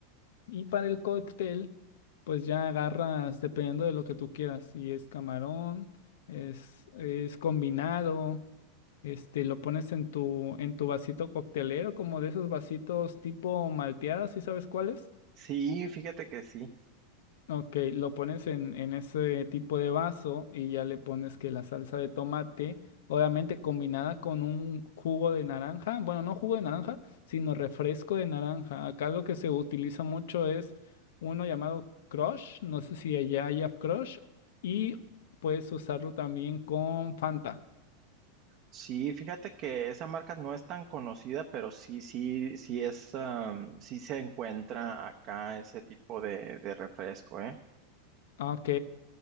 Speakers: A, on the left (about 75°); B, on the right (about 45°).
A: Y para el cóctel, pues ya agarras dependiendo de lo que tú quieras, si es camarón, es, es combinado. Este, lo pones en tu, en tu vasito coctelero, como de esos vasitos tipo malteadas, ¿sí sabes cuáles?
B: Sí, fíjate que sí.
A: Ok, lo pones en, en ese tipo de vaso y ya le pones que la salsa de tomate, obviamente combinada con un jugo de naranja, bueno, no jugo de naranja, sino refresco de naranja. Acá lo que se utiliza mucho es uno llamado Crush, no sé si allá haya Crush, y puedes usarlo también con Fanta.
B: Sí, fíjate que esa marca no es tan conocida, pero sí, sí, sí es, am, sí se encuentra acá ese tipo de, de refresco, ¿eh?
A: Ah, Ok.